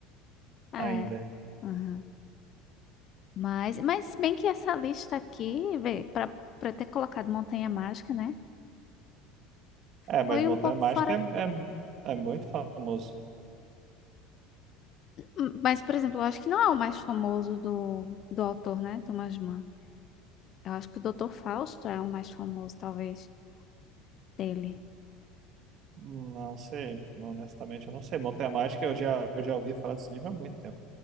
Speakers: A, on the left (about 35°); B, on the right (about 40°).
A: Ah,
B: ainda.
A: é. Aham. Mas, mas se bem que essa lista aqui, para para ter colocado Montanha Mágica, né?
B: É, mas
A: Foi
B: Montanha
A: um pouco
B: Mágica
A: fora.
B: é, é, é muito famoso.
A: Hum, Mas, por exemplo, eu acho que não é o mais famoso do, do autor, né? Thomas Mann. Eu acho que o Dr. Fausto é o mais famoso, talvez, dele.
B: Não sei, honestamente eu não sei. Montanha Mágica eu já, eu já ouvi falar desse livro há muito tempo.